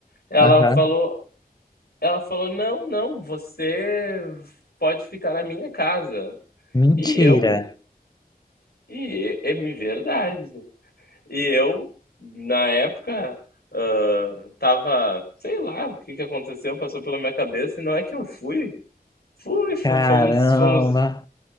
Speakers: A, on the left; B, on the left.
A: Ela
B: aham.
A: falou ela falou: "Não, não, você pode ficar na minha casa".
B: Mentira.
A: E eu e é é me verdade. E eu, na época, hã, estava sei lá o que que aconteceu, passou pela minha cabeça, e não é que eu fui. Fui, fo
B: Caramba!
A: fomos fomos